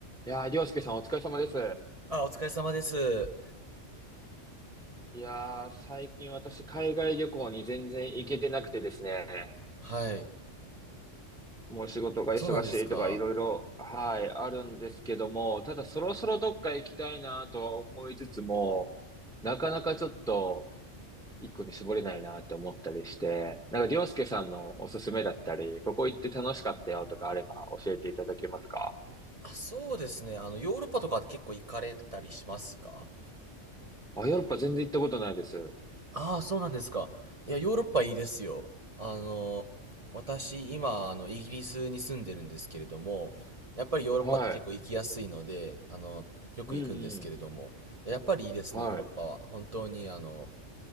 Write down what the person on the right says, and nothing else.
あ、お疲れ様です。
はい。
あ、そうなんですか。
あ、そうですね。あの、ヨーロッパとかって結構行かれたりしますか
ああ、そうなんですか。いや、ヨーロッパいいですよ。あの、私、今、あの、イギリスに住んでるんですけれども、やっぱりヨーロッパって結構行きやすいので、
あの、よく行くんですけれども、
やっぱりいいですね、
ヨーロッパは。本当に、あの、